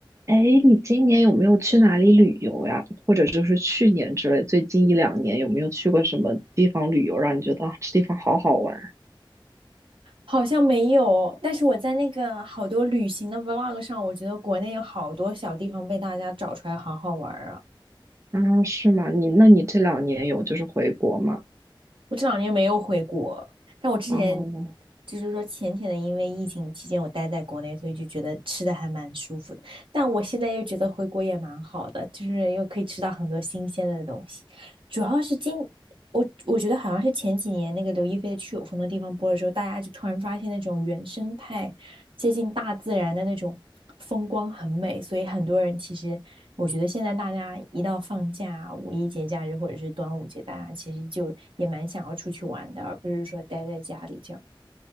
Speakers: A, on the right (about 35°); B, on the right (about 75°).
A: 哎，你今年有没有去哪里旅游呀？或者就是去年之类，最近一两年有没有去过什么地方旅游，让你觉得啊这地方好好玩？
B: 好像没有，但是我在那个好多旅行的 vlog 上，我觉得国内有好多小地方被大家找出来，好好玩儿啊！
A: 啊，是吗？你那你这两年有就是回国吗？
B: 我这两年没有回国，但我之前
A: 哦，
B: 就是说浅浅的，因为疫情期间我待在国内，所以就觉得吃的还蛮舒服的。但我现在又觉得回国也蛮好的，就是又可以吃到很多新鲜的东西。主要是今我我觉得好像是前几年那个刘亦菲的《去有风的地方》播了之后，大家就突然发现那种原生态。接近大自然的那种风光很美，所以很多人其实我觉得现在大家一到放假、五一节假日或者是端午节，大家其实就也蛮想要出去玩的，而不是说待在家里这样。